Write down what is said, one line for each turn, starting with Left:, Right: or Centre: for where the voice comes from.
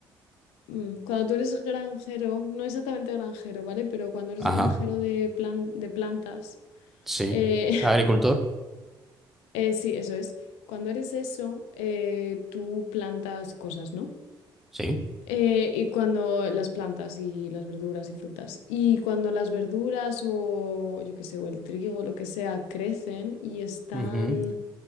Left: mm, Cuando tú eres granjero, no exactamente granjero, ¿vale? Pero cuando eres
Centre: Ajá,
Left: granjero de, plan- de plantas...
Centre: sí.
Left: eh,
Centre: Agricultor,
Left: Eh, sí, eso es. Cuando eres eso, eh, tú plantas cosas, ¿no?
Centre: sí.
Left: Eh, y cuando las plantas y las verduras y frutas. Y cuando las verduras o yo qué sé, o el trigo, lo que sea, crecen y están
Centre: Ujú.